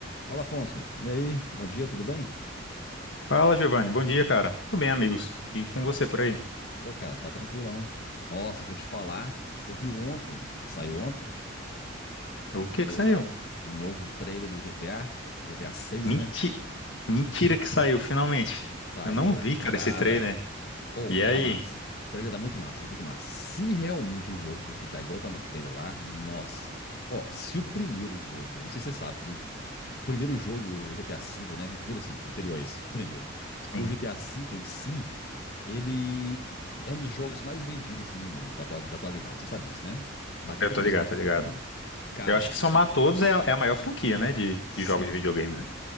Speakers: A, on the left (about 50°); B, on the left (about 65°).
A: Fala, Afonso. E aí? Bom dia, tudo bem?
B: Fala, Giovanni. Bom dia, cara. Tudo bem, amigos? E com você por aí?
A: Ô, cara, tá tranquilão. Nossa, deixa eu te falar. Você viu ontem, o que que saiu ontem?
B: O
A: O,
B: que
A: no-
B: que saiu?
A: o novo trailer do GTA, GTA 6,
B: Menti...
A: né?
B: Mentira que saiu, finalmente.
A: Saiu.
B: Eu não vi, cara,
A: Cara,
B: esse trailer.
A: Ou,
B: E
A: tá
B: aí?
A: massa. O trailer dá muito massa, dá muito massa. Se realmente o jogo for ficar igual tá no trailer lá, nossa. Ó, se o primeiro jogo, não sei se você sabe que o primeiro jogo, o GTA V, né? Primeiro assim, anterior a esse, primeiro.
B: Sim,
A: O GTA V em si, ele é um dos jogos mais vendidos assim no mundo da atua- da atualidade. Você sabe disso, né? Bateu
B: eu
A: todos
B: tô ligado,
A: os recordes
B: tô ligado.
A: de venda. Cara,
B: Eu acho que somar todos é a, é a maior franquia, né, de,
A: sim,
B: de jogos de videogame,
A: sim.
B: né?